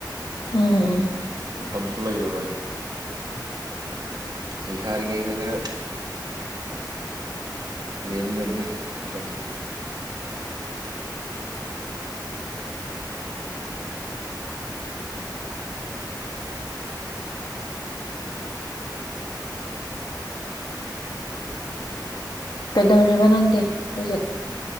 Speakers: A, on the left; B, on the right.
A: ꯎꯝ
B: ꯃꯇꯝꯁꯨ ꯂꯩꯔꯔꯣꯏ ꯑꯩ ꯁꯥꯔꯉꯩꯗ ꯈꯔ ꯂꯦꯝꯒꯗꯕꯅꯤ ꯃꯇꯝ
A: ꯀꯩꯗꯧꯔꯤꯕ ꯅꯪꯗꯤ ꯍꯧꯖꯤꯛ